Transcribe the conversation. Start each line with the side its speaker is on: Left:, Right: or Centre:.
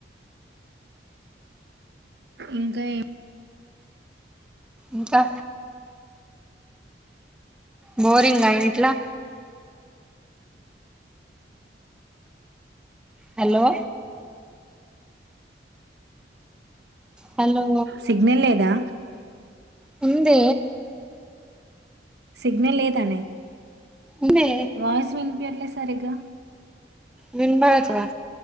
Right: ఇంకా ఇ
Centre: ఇంకా బోరింగ్ ఆ ఇంట్లో హలో హలో
Right: సిగ్నల్ లేదా
Centre: ముందే.
Right: సిగ్నల్ లేదనే.
Centre: ఉందే
Right: వాయిస్ వినిపియట్లే. సరిగా
Centre: వినుపడొచ్చుగా.